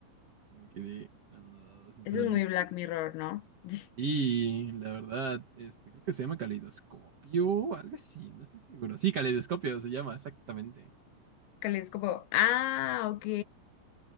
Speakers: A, on the right (about 70°); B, on the left (about 80°).
A: yo me quedé anodado, sinceramente.
B: eso es muy Black Mirror, ¿no? <laughs>
A: Y la verdad, este, creo que se llama caleidoscopio, algo así, no estoy seguro. Sí, caleidoscopio se llama, exactamente.
B: Que es como, ah, ok.